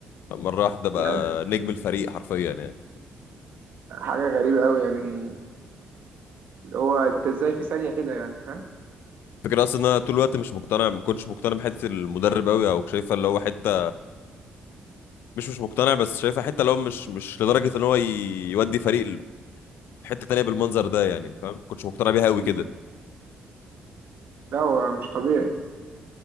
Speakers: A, on the left (about 75°); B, on the right (about 65°).
A: مره واحده بقى
B: يعني
A: نجم الفريق حرفيا يعني
B: حاجة غريبة قوي يعني اللي هو انت ازاي في ثانية كده يعني ها
A: فكرة اصلا إن انا طول الوقت مش مقتنع ما كنتش مقتنع بحته المدرب قوي او شايفه اللي هو حته مش مش مقتنع بس شايفه حته اللي هو مش مش لدرجه ان هو ي- يودي فريق حته تانية بالمنظر ده يعني أنت فاهم ما كنتش مقتنع بيها قوي
B: مم.
A: كده
B: لا هو مش طبيعي